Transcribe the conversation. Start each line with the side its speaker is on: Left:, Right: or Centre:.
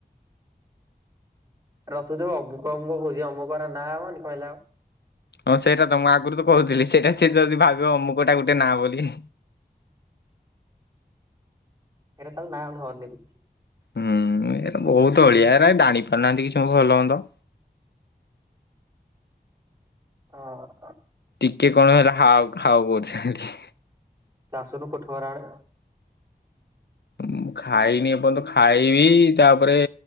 Right: ରଥୁ ଯୋଉ ଅମୁକ ଅମୁକ କହୁଛି, ଏ ଅମୁକର ନାଁ ହବନି କହିଲା ଆଉ।
Left: ହଁ, ସେଇଟା ତ ମୁଁ ଆଗରୁ ତ କହୁଥିଲି। ସେଇଟା ସିଏ ଯଦି ଭାବିବ ଅମୁକଟା ଗୋଟେ ନାଁ ବୋଲି।
Right: ଏଇରା ଖାଲି ନାଁ ଧରନି କିଛି।
Left: ହୁଁ, ଏରା ବହୁତ ଅଳିଆ। ଏ ଜାଣି ପାରୁନାହାଁନ୍ତି, କିଛି ମ ଭଲ ମନ୍ଦ।
Right: ହଁ, ଅ।
Left: ଟିକେ କଣ ହେଲା ହାଉ ଖାଉ କରୁଛନ୍ତି।
Right: ତୁ ଆସୁନୁ କୋଥୁଘରଆଡେ?
Left: ମୁଁ ଖାଇନି, ଏପନ୍ତ ଖାଇବି। ତା'ପରେ